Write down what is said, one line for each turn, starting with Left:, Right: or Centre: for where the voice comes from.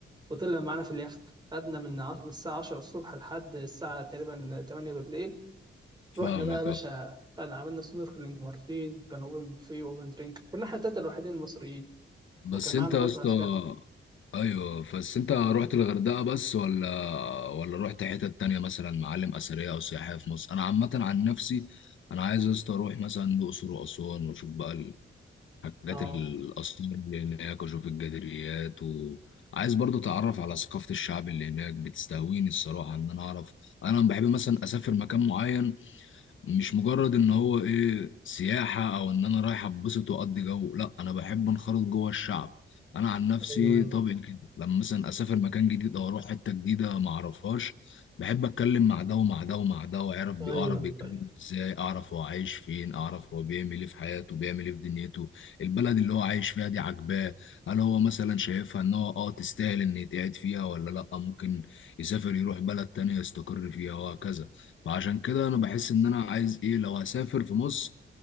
Right: وطلع معانا في اليخت قعدنا من ع- من الساعه 10 الصبح لحد الساعه تقريبا 8 بالليل
Left: فاهمك
Right: رحنا بقى يا باشا
Left: آه.
Right: كان عملنا سنوركلينج مرتين وكان اوبن بوفيه واوبن درينك كنا احنا التلاته الوحيدين المصريين
Left: بس
Right: وكان معانا
Left: انت
Right: برضه
Left: يا اسطى
Right: عسكري
Left: ايوه بس انت رحت الغردقه بس ولا ولا رحت حتت تانية مثلا معالم اثريه او سياحيه في مصر انا عامه عن نفسي انا عايز يا اسطى اروح مثلا الاقصر واسوان واشوف بقى الحاجات
Right: اه
Left: الاثار اللي هناك واشوف الجدريات وعايز برضو اتعرف على ثقافه الشعب اللي هناك بتستهويني الصراحه ان انا اعرف انا بحب مثلا اسافر مكان معين مش مجرد ان هو ايه سياحة او ان انا رايح اتبسط واقضي جو لا انا بحب انخرط جوه الشعب انا عن نفسي
Right: ايوه ايوه
Left: طبعي كده لما مثلا اسافر مكان جديد او اروح حتة جديدة ما اعرفهاش بحب اتكلم مع ده ومع ده ومع ده واعرف بي-
Right: ايوه
Left: اعرف
Right: ايوه
Left: بيتكلم ازاي اعرف هو عايش فين اعرف هو بيعمل ايه في حياته بيعمل ايه في دنيته البلد اللي هو عايش فيها دي عاجباه هل هو مثلا شايفها ان هو اه تستاهل ان يتقعد فيها ولا لا ممكن يسافر يروح بلد تانية يستقر فيها وهكذا فعشان كده انا بحس ان انا عايز ايه لو هسافر في مصر